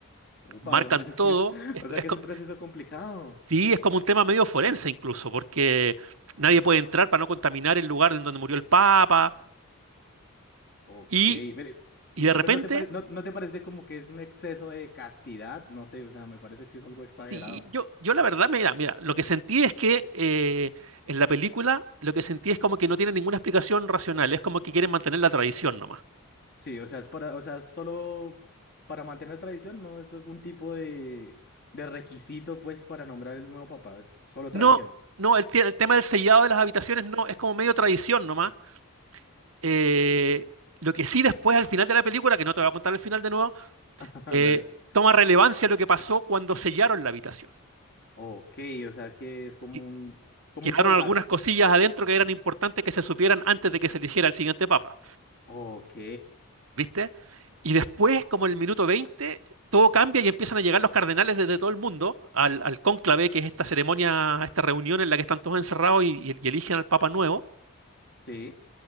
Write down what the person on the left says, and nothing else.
Upa,
o sea, es
que, <laughs>
o sea
que
es un proceso complicado.
Ok,
pero,
eh,
pero ¿no te pare- no, no te parece como que es un exceso de castidad? No sé, o sea, me parece que es algo exagerado.
Sí, o sea, es para, o sea, solo para mantener tradición, no es algún tipo de, de requisito, pues, para nombrar el nuevo papá, es solo
tradición.
<laughs>
Dale.
Ok, o sea que es como
un, como
un callback.
Ok,
sí.